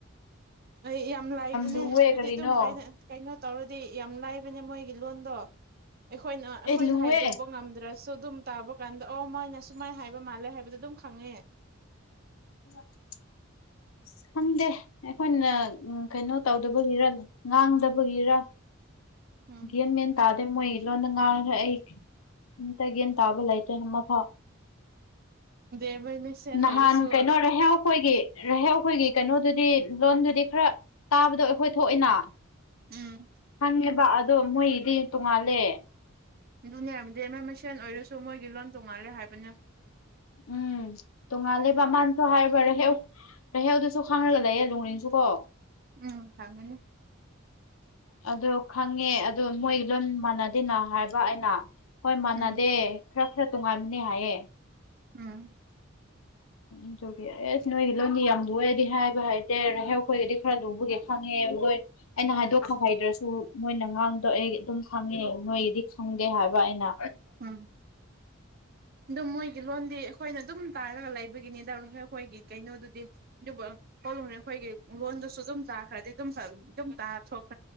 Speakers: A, on the right; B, on the left.
A: ꯑꯩ ꯌꯥꯝ ꯂꯥꯏꯕꯅꯦ
B: ꯂꯨꯋꯦ
A: ꯍꯥꯏꯕꯗꯤ
B: ꯀꯔꯤꯅꯣ
A: ꯑꯗꯨꯝ ꯇꯧꯔꯗꯤ ꯌꯥꯝ ꯂꯥꯏꯕꯅꯦ ꯃꯣꯏꯒꯤ ꯂꯣꯟꯗꯣ ꯑꯩꯈꯣꯏꯅ ꯑꯩꯈꯣꯏꯅ
B: ꯑꯦ ꯂꯨꯋꯦ
A: ꯍꯥꯏꯗꯣꯛꯄ ꯉꯝꯗ꯭ꯔꯁꯨ ꯁꯨ ꯑꯗꯨꯝ ꯇꯥꯕ ꯀꯥꯟꯗ ꯑꯣ ꯃꯣꯏꯅ ꯁꯨꯃꯥꯏꯅ ꯍꯥꯏꯕ ꯃꯥꯜꯂꯦ ꯍꯥꯏꯕꯗꯣ ꯑꯗꯨꯝ ꯈꯪꯉꯦ
B: <inaudible> ꯁ ꯈꯪꯗꯦ ꯑꯩꯈꯣꯏꯅ ꯀꯩꯅꯣ ꯇꯧꯗꯕꯒꯤꯔ ꯉꯥꯡꯗꯕꯒꯤꯔ
A: ꯎꯝ
B: ꯒꯌꯥꯟ ꯃꯦꯟ ꯇꯥꯗꯦ ꯃꯣꯏ ꯂꯣꯟꯗ ꯉꯥꯡꯉꯁꯨ ꯑꯩ ꯀꯩꯝꯇ ꯒꯌꯥꯟ ꯇꯥꯕ ꯂꯩꯇꯦ ꯑꯃ ꯐ
A: ꯗꯦꯕꯩ ꯃꯤꯁꯦꯟ
B: ꯅꯍꯥꯟ
A: ꯑꯣꯏꯔꯁꯨ
B: ꯀꯩꯅꯣ ꯔꯍꯧ ꯑꯩꯈꯣꯏꯒꯤ ꯔꯦꯍꯥꯎꯈꯣꯏꯒꯤ ꯗꯤ ꯂꯣꯟꯗꯨꯗꯤ ꯈꯔ ꯇꯥꯕꯗꯣ ꯑꯈꯣꯏ ꯊꯣꯛꯑꯅ
A: ꯎꯝ
B: ꯈꯪꯉꯦꯕ ꯑꯗ ꯑꯗꯣ ꯃꯣꯏꯒꯤꯗꯤ ꯇꯣꯡꯉꯥꯜꯂꯦ
A: ꯑꯗꯨꯅꯦ ꯑꯝꯗꯤ ꯃꯣꯏ ꯃꯁꯦꯟ ꯑꯣꯏꯔꯁꯨ ꯃꯣꯏꯒꯤ ꯂꯣꯟ ꯇꯣꯡꯉꯥꯜꯂꯦ ꯍꯥꯏꯕꯅꯦ
B: ꯎꯝ ꯇꯣꯡꯉꯥꯂꯦꯕ ꯃꯥꯅꯁꯨ ꯍꯥꯏꯕ ꯔꯦꯍꯧ ꯔꯦꯍꯧꯗꯨꯁꯨ ꯈꯥꯡꯉꯒ ꯂꯩꯌꯦ ꯂꯣꯡꯂꯤꯡꯁꯨ ꯀꯣ
A: ꯎꯝ ꯈꯪꯒꯅꯤ
B: ꯑꯗꯨ ꯈꯪꯉꯦ ꯑꯗꯨ ꯃꯣꯏ ꯂꯣꯏ ꯃꯥꯟꯅꯗꯦꯅ ꯍꯥꯏꯕ ꯑꯩꯅ ꯍꯣꯏ ꯃꯥꯟꯅꯗꯦ
A: ꯎꯝ
B: ꯈꯔ ꯈꯔ ꯇꯣꯉꯥꯟꯕꯅꯦ ꯍꯥꯏꯌꯦ
A: ꯎꯝ
B: ꯑꯗꯨꯒꯤ ꯑꯁ ꯅꯣꯏꯒꯤ ꯂꯣꯟꯗꯤ ꯌꯥꯝ ꯂꯨꯏꯑ ꯍꯥꯏꯕ ꯍꯥꯏꯇꯦ ꯔꯦꯍꯧꯈꯣꯏꯒꯤꯗꯤ ꯈꯔ ꯂꯨꯕꯒꯦ ꯈꯪꯉꯦ ꯂꯣꯏ ꯑꯩꯅ ꯍꯥꯏꯗꯣꯛꯄ ꯍꯩꯗ꯭ꯔꯁꯨ ꯃꯣꯏꯅ ꯉꯥꯡꯕꯗꯣ ꯑꯩ ꯑꯗꯨꯝ ꯈꯪꯉꯦ ꯅꯣꯏꯒꯤꯗꯤ ꯈꯪꯗꯦ ꯍꯥꯏꯕ ꯑꯩꯅ
A: ꯎꯝ ꯑꯗꯨ ꯃꯣꯏꯒꯤ ꯂꯣꯟꯗꯤ ꯑꯈꯣꯏꯅ ꯑꯗꯨꯝ ꯇꯥꯔꯒ ꯂꯩꯕꯒꯤꯅꯤꯗ ꯔꯦꯍꯧꯈꯣꯏꯒꯤ ꯀꯩꯅꯣꯗꯨꯗꯤ ꯑꯗꯨꯕꯨ ꯗꯨꯝ ꯔꯦꯈꯣꯏꯒꯤ ꯂꯣꯟꯗꯨꯁꯨ ꯑꯗꯨꯝ ꯇꯥꯈ꯭ꯔꯗꯤ ꯑꯗꯨꯝ ꯐ ꯑꯗꯨꯝ ꯇꯥꯊꯣꯛ